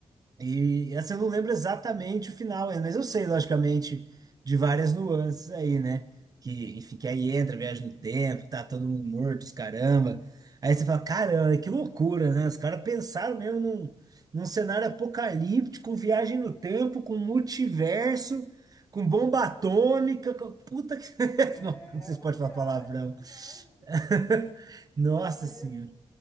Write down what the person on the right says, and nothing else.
E essa eu não lembro exatamente o final ainda, mas eu sei, logicamente, de várias nuances aí, né? Que, enfim, que aí entra, a viagem no tempo, tá todo mundo morto, os caramba. Aí você fala, caramba, que loucura, né? Os caras pensaram mesmo num, num cenário apocalíptico, com viagem no tempo, com multiverso, com bomba atômica, com... puta que. <laughs>
Não, não sei
se pode
falar palavrão.
<laughs> Nossa
senhora.